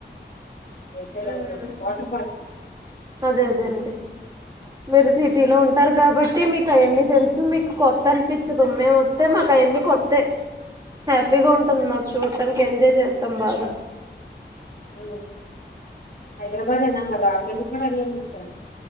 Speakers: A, on the left; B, on the right.
A: తే
B: ఉమ్
A: వాటర్ పార్క్
B: అదే అదే అండి మీరు సిటీలో ఉంటారు, కాబట్టి మీకు అవన్నీ తెలుసు మీకు కొత్త అనిపించదు మేముస్తే మాకు అయన్నిక వస్తే హ్యాపీగా ఉంటుంది, మాకు చోటు పక్కననికి ఎంజాయ్ చేతాం బాగా
A: అ హైదరాబాద్ ఎన్న మా రాజమండ్రి కి కూడా వేలండి,